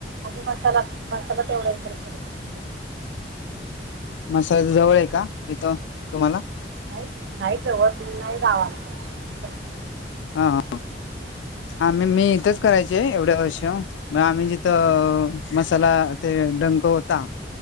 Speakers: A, on the right; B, on the left.
A: आम्हीं मसाला मसाला तेवढाई करतो. मुंबईमध्ये
B: मसाल्याच जवळ आहेका इथं तुम्हाला
A: नाहीं जवळ नाहीं गावांत
B: हा आम्हीं मी इथंच करायचे
A: मसाला.
B: एवढ्या वर्ष मंग आम्ही जिथं
A: हं.
B: मसाला ते डंक होता.